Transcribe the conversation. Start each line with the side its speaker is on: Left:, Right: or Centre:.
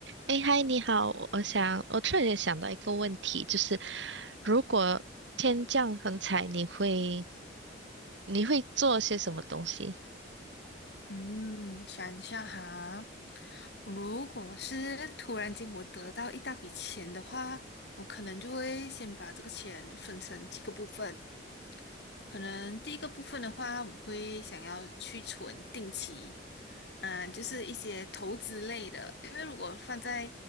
Right: 哎，嗨，你好，我想，我突然也想到一个问题，就是如果天降横财，你会你会做些什么东西？
Left: 嗯，我想一下哈，如果是突然间我得到一大笔钱的话，我可能就会先把这个钱分成几个部分，可能第一个部分的话，我会想要去存定期，嗯、就是一些投资类的，因为如果放在